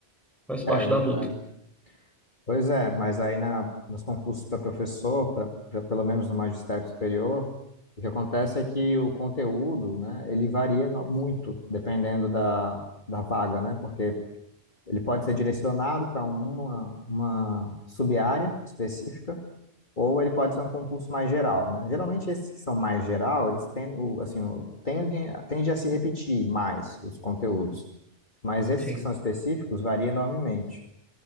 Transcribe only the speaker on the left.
É verdade.
Pois é, mas aí na, nos concursos para professor, pra, pra- pelo menos no magistério superior, o que acontece é que o conteúdo, né, ele varia no- muito dependendo da, da vaga, né? Porque Ele pode ser direcionado para uma, uma sub-área específica, ou ele pode ser um concurso mais geral, né? Geralmente esses que são mais geral, eles tendem, assim, o- tendem, a se repetir mais os conteúdos, mas esses
que são específicos variam enormemente.